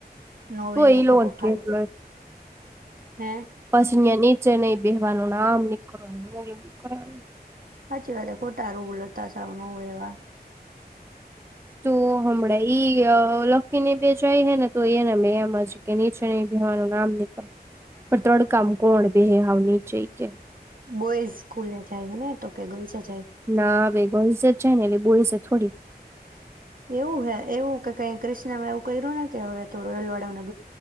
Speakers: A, on the right (about 55°); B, on the right (about 15°).
A: નવે
B: તું
A: એવો
B: એ લોલ
A: ખોટો
B: કેટલો?
A: ફાલતુ હે.
B: પછી યાં નીચે નહી બેહવાનું આમ નીકરવાનું
A: સાચી વાત હે ખોટા રુલ તા સાવ નો હોય એવા.
B: તો હમણાં ઈ ય લકી ની બે જાય હે ને તો એને મેં એમ જ કે નીચેની બેહવાનું આમ નીકળ પણ તડકામાં કોણ બેહે હાવ? નીચે ય કેમ
A: બોય સ્કૂલને જાય હે ને? તો કે ગર્લ્સ જ
B: ના આવે. ગર્લ્સ જ છે ને એટલે બોઈઝ થોડી.
A: એવું હે એવું કે કઈ ક્રિષ્નામાં એવું કર્યું ને કે હવે તો રેલવાળાઓના